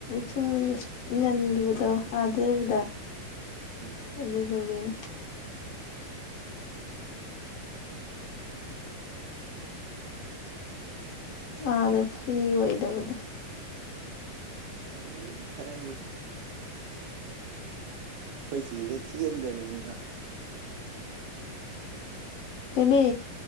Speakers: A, on the left (about 85°); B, on the right (about 75°).
A: ꯁꯨꯝ ꯉꯟꯈꯤꯕꯗꯣ ꯑꯥꯗ ꯂꯩꯕꯗ
B: ꯎꯝ
A: ꯑꯗꯨ ꯂꯒꯅꯤ
B: ꯎ
A: ꯑꯥꯗ ꯐ꯭ꯔꯤ ꯑꯣꯏꯗꯕꯗꯨ
B: ꯇꯧ ꯈꯔꯦ ꯑꯩꯈꯣꯏ ꯆꯦꯒ ꯆꯦꯟꯗꯣꯔꯤꯕꯅꯤꯅ
A: ꯀꯅꯤ